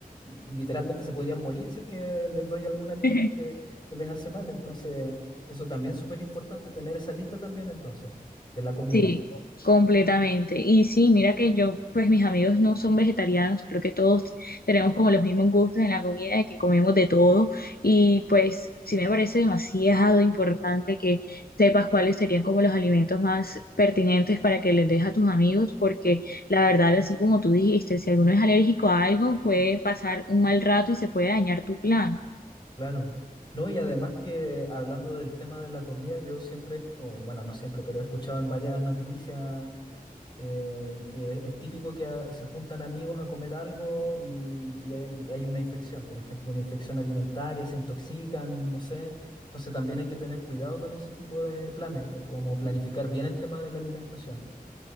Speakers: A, on the left (about 30°); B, on the left (about 75°).
A: y literalmente se podrían morir si es que les doy algún alimento
B: <laughs>
A: que, que les hace mal. Entonces, eso también es súper importante, tener esa lista también entonces, de la comida.
B: Sí, completamente. Y sí, mira que yo, pues mis amigos no son vegetarianos, creo que todos tenemos como los mismos gustos en la comida, de que comemos de todo. Y pues sí me parece demasiado importante que sepas cuáles serían como los alimentos más pertinentes para que les des a tus amigos, porque la verdad, así como tú dijiste, si alguno es alérgico a algo, puede pasar un mal rato y se puede dañar tu plan.
A: Claro. No, y además que hablando del tema de la comida, yo siempre, o bueno, no siempre, pero he escuchado en varias noticias eh, que es típico que a- se juntan amigos a comer algo y, y hay y hay una infección, por ejemplo, una infección alimentaria, se intoxican, no sé. Entonces también hay que tener cuidado con ese tipo de planes, o como planificar bien el tema de la alimentación.